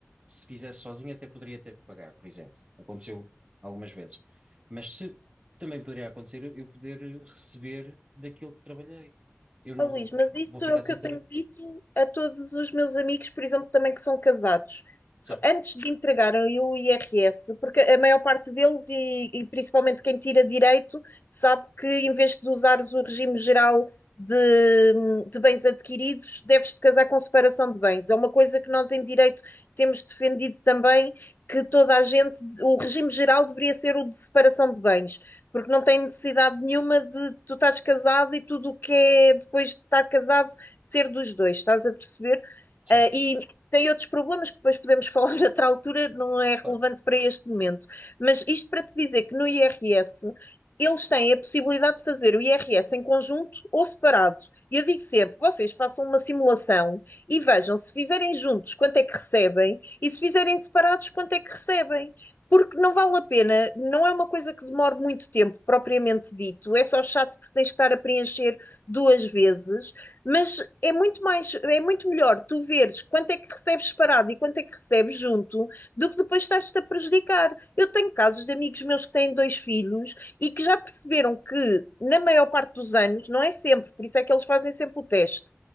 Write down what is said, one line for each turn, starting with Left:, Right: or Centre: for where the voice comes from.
Right: se fizesse sozinho, até poderia ter que pagar, por exemplo. Aconteceu algumas vezes. Mas se também poderia acontecer eu eu poder eh, receber daquilo que trabalhei. Eu não
Left: Oh, Luís, mas
Right: vou
Left: isso
Right: ficar
Left: é o
Right: sem
Left: que eu
Right: saber.
Left: tenho dito a todos os meus amigos, por exemplo, também que são casados. F-
Right: Certo,
Left: Antes de entregarem o IRS, porque a maior parte deles, e, e principalmente quem tira direito, sabe que em vez de usares o regime geral de, de bens adquiridos, deves-te casar com separação de bens. É uma coisa que nós em direito temos defendido também, que toda a gente, o regime geral deveria ser o de separação de bens porque não tem necessidade nenhuma de tu estás casado e tudo o que é depois de estar casado ser dos dois, estás a perceber?
Right: certo,
Left: Ah, e tem outros problemas que depois podemos falar <laughs> noutra altura, não é relevante
Right: claro.
Left: para este momento. Mas isto para te dizer que no IRS eles têm a possibilidade de fazer o IRS em conjunto ou separado. E eu digo sempre: vocês façam uma simulação e vejam se fizerem juntos quanto é que recebem e se fizerem separados quanto é que recebem. Porque não vale a pena, não é uma coisa que demore muito tempo, propriamente dito. É só chato porque tens que estar a preencher duas vezes, mas é muito mais, é muito melhor tu veres quanto é que recebes separado e quanto é que recebes junto do que depois estás-te a prejudicar. Eu tenho casos de amigos meus que têm dois filhos e que já perceberam que, na maior parte dos anos, não é sempre, por isso é que eles fazem sempre o teste.